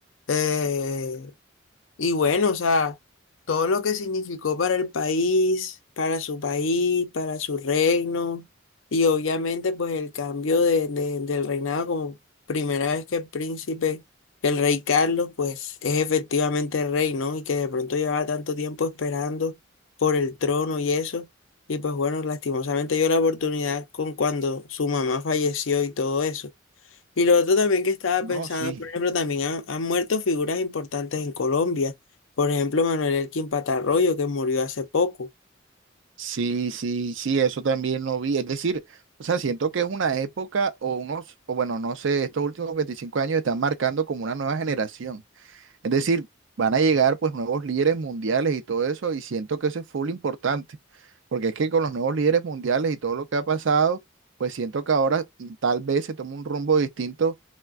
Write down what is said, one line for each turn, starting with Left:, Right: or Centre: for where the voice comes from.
Left: Eh, Y bueno, o sea, todo lo que significó para el país, para su país, para su reino, y obviamente pues el cambio de, de- del reinado como primera vez que el príncipe, que el rey Carlos, pues es efectivamente rey, ¿no? Y que de pronto llevaba tanto tiempo esperando por el trono y eso. Y pues bueno, lastimosamente dio la oportunidad con cuando su mamá falleció y todo eso. Y lo otro también que estaba
Right: No,
Left: pensando,
Right: sí,
Left: por ejemplo, también han, han muerto figuras importantes en Colombia. Por ejemplo, Manuel Elkin Patarroyo, que murió hace poco.
Right: sí, sí, sí, eso también lo vi, es decir, o sea, siento que es una época o unos, o bueno, no sé, estos últimos 25 años están marcando como una nueva generación. Es decir, van a llegar pues nuevos líderes mundiales y todo eso, y siento que eso es full importante, porque es que con los nuevos líderes mundiales y todo lo que ha pasado, pues siento que ahora mm, tal vez se toma un rumbo distinto